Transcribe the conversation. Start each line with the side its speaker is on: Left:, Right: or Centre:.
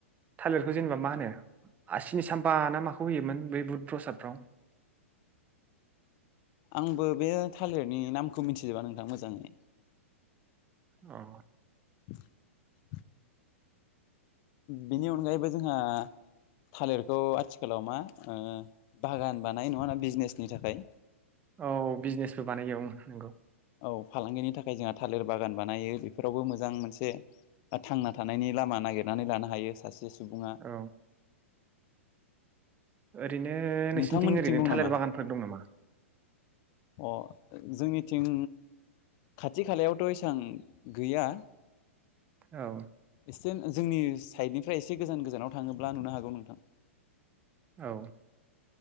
Right: थालिरखौ जेनेबा मा होनो आ सिनि सामफा ना माखौ होयोमोन बै बुट प्रसादफ्राव
Left: आंबो बे थालिरनि नामखौ मिथिजोबा नोंथां मोजाङै
Right: औ
Left: <inaudible> बिनि अनगायैबो जोंहा थालिरखौ आथिखालाव मा ओ बागान बानाय नङाना बिजनेसनि थाखाय
Right: औ बिजनेसबो बानायो उम नोंगौ
Left: औ फालांगिनि थाखाय जोंहा थालिर बागान बानायो बेफोरावबो मोजां मोनसे थांना थानायनि लामा नागिरनानै लानो हायो सासे सु बुङा
Right: औ ओरैनो
Left: नोंथांमोननिथिं
Right: नोंसिनिथिं ओरैनो
Left: दं
Right: थालेर
Left: नामा
Right: बागानफोर दं नामा?
Left: अ जोंनिथिं खाथि खालायावथ' एसां गैया।
Right: औ
Left: एसे जोंनि साइडनिफ्राय एसे गोजान गोजानाव थाङोब्ला नुनो हागौ नोंथां।
Right: औ